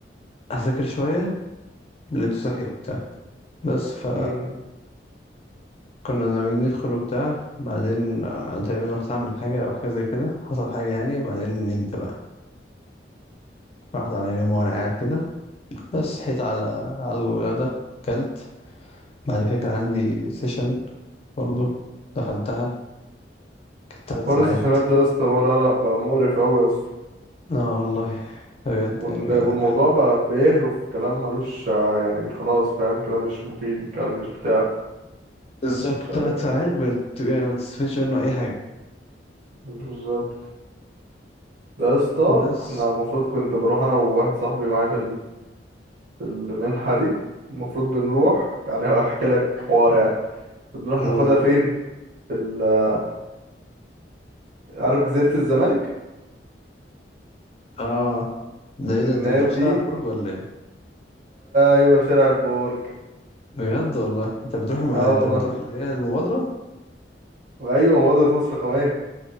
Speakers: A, on the left; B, on the right.
A: أذاكر شوية لقيته صحي وبتاع بس ف
B: مم.
A: كنا ناويين ندخل وبتاع بعدين انا تقريبا رحت اعمل حاجه او حاجه زي كده حصل حاجه يعني بعدين نمت بقى رحت على نوم وانا قاعد كده بس صحيت على على الغدا كلت بعد كده كان عندي سيشن برضه دخلتها كانت ثلاث
B: حوار
A: ساعات
B: السيشنات ده يا اسطى لا لا بقى مقرف قوي يا اسطى
A: اه والله بجد
B: وال-
A: يعني بقى
B: والموضوع بقى بيهرف كلام ملوش ع- يعني خلاص فاهم كلام مش مفيد كلام مش بتاع
A: بالظبط
B: مش عارف
A: ثلاث ساعات بت... يعني ما بتستفدش منه اي حاجه
B: بالظبط ده يا اسطى
A: بس
B: احنا المفروض كنت بروح انا وواحد صاحبي معايا في في المنحة دي المفروض بنروح يعني هحكي لك حوار يعني بنروح
A: مم.
B: ناخدها فين في ال- عارف جزيرة الزمالك
A: اه ده ايه ده انت
B: نادي
A: بتروح شارع برج ولا ايه
B: ايوه شارع البرج
A: بجد والله انت بتروح ما...
B: اه
A: انت
B: والله.
A: بتروح اللي هي المبادره
B: وايوه مباراة مصر الرقمية